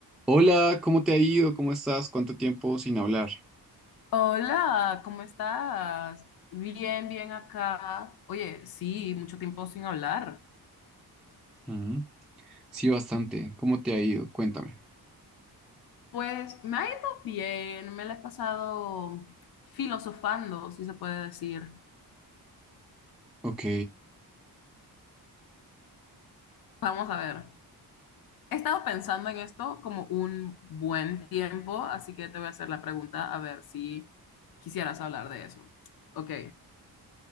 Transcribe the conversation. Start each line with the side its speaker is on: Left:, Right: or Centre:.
Centre: Hola, ¿cómo te ha ido? ¿Cómo estás? ¿Cuánto tiempo sin hablar?
Left: Hola, ¿cómo estás? Bien, bien acá. Oye, sí, mucho tiempo sin hablar.
Centre: Mm, Sí, bastante. ¿Cómo te ha ido? Cuéntame.
Left: Pues me ha ido bien, me la he pasado filosofando, si se puede decir.
Centre: Ok.
Left: Vamos a ver. He estado pensando en esto como un buen tiempo, así que te voy a hacer la pregunta a ver si quisieras hablar de eso. Ok.